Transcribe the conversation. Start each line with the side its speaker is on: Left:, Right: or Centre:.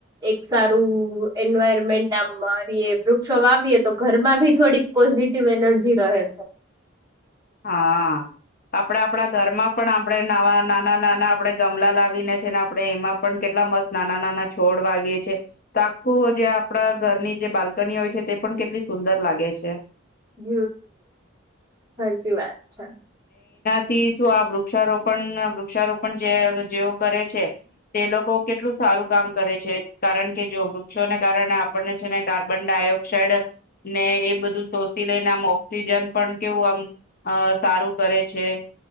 Right: એક સારું એન્વાયરમેન્ટ આમ મારીએ વૃક્ષો વાવીએ તો ઘરમાં ભી થોડીક પોઝિ ટીવ એનર્જી રહે
Left: હા આપણેે આપણા ઘરમાં પણ આપણેે નાવા નાના નાના આપણેે ગમલા લાવીને છે ને આપણે એમાં પણ કેટલા મસ્ત નાના નાના છોડ વાવીએ છીએ તો આખું જે આપણા ઘરની જે બાલ્કની હોય છે તે પણ કેટલી સુંદર લાગે છે.
Right: હમ સાચી વાત છે.
Left: થી શું આ વૃક્ષારોપણ વૃક્ષારોપણ જે જેઓ કરે છે તે લોકો કેટલું સારું કામ કરે છે કારણ કે જો વૃક્ષોને કારણે આપણને છે ને કાર્બન ડાયોક્સાઇડ ને એ બધું શોષી લઈને આમ ઓક્સિજન પણ કેવું આમ અહ સારું કરે છે.